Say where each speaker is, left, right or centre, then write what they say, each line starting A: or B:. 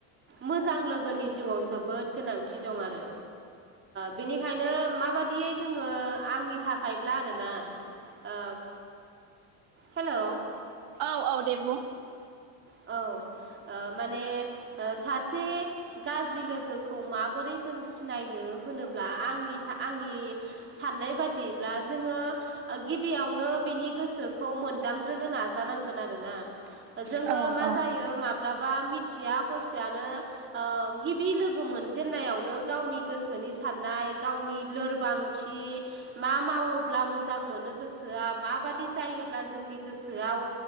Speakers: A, on the right (about 30°); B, on the right (about 80°).
A: मोजां लोगोनि जिउआव जोबोद गोनांथि दं आरो बेनिखायनो माबादियै जोंङो आंनि थाखायब्ला आरो ना ओ हेलौ
B: औ औ दे बुं?
A: औ ओ माने सासे गाज्रि लोगोखौ माबोरै जों सिनायनो होनोब्ला आंनि आंनि साननाय बादिब्ला जोङो गिबियावनो बिनि गोसोखौ मोनदांग्रोनो नाजानांगोन आरो ना जोङो
B: औ औ
A: यो माब्लाबा मिथिया हसियानो ओ गिबि लोगो मोनजेनन्नायावनो गावनि गोसोनि साननाय गावनि लोरबां थि मा मावोब्ला मोजां मोनो गोसोआ माबादि जायोब्ला जोंनि गोसोआव